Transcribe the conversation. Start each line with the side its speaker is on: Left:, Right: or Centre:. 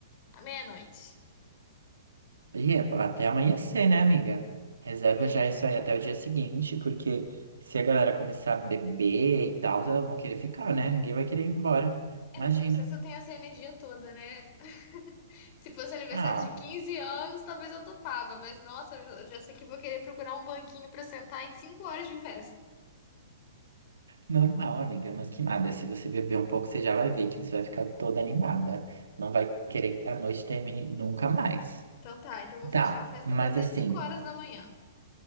Left: a meia-noite.
Right: E é até amanhecer, né, amiga? Reserva
Left: É.
Right: já isso aí até o dia seguinte, porque se a galera começar a beber e tal, elas vão querer ficar, né? Ninguém vai querer ir embora.
Left: É,
Right: Imagina.
Left: mas eu não sei se eu tenho essa energia toda, né? <laughs> Se fosse aniversário
Right: Ah,
Left: de 15 anos, talvez eu topava, mas nossa, eu já eu já sei que vou querer procurar um banquinho pra sentar em 5 horas de festa.
Right: normal, amiga, mas que nada. Se você beber um pouco, você já vai ver que você vai ficar toda animada. Não vai querer que a noite termine nunca mais.
Left: Então tá, então vou fechar
Right: Tá,
Left: a festa
Right: mas
Left: para até
Right: assim,
Left: 5 horas da manhã.